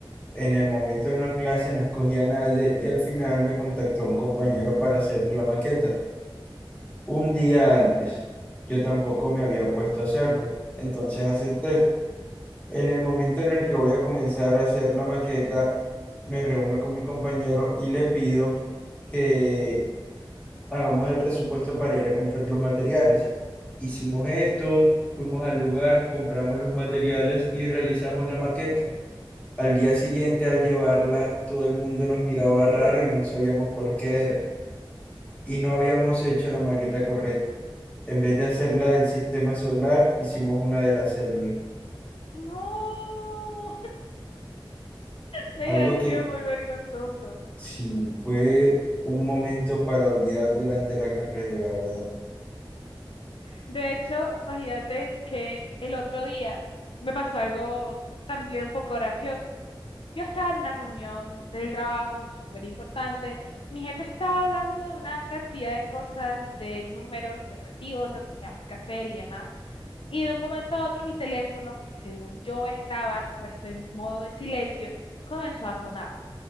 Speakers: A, on the left; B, on the left.
A: En el momento en la clase no escogía a nadie y al final me contactó un compañero para hacer la maqueta. Un día antes, yo tampoco me había puesto a hacerlo, entonces acepté. En el momento en el que voy a comenzar a hacer la maqueta, me reúno con mi compañero y le pido que hagamos el presupuesto para ir a comprar los materiales. Hicimos esto, fuimos al lugar, compramos los materiales y realizamos la maqueta. Al día siguiente, al llevarla, todo el mundo nos miraba raro y no sabíamos por qué era. Y no habíamos hecho la maqueta correcta. En vez de hacerla del sistema solar, hicimos una de las células.
B: No, <laughs> debe
A: Algo
B: haber
A: que
B: sido muy vergonzoso.
A: Sí, fue un momento para olvidar durante la carrera, la verdad.
B: De hecho, imagínate que el otro día me pasó algo también un poco gracioso. Yo estaba en una reunión del trabajo súper importante. Mi jefe estaba hablando de una cantidad de cosas, de números, de objetivos, lo que teníamos que hacer y demás. Y de un momento a otro mi teléfono, que según yo estaba puesto en modo de silencio, comenzó a sonar.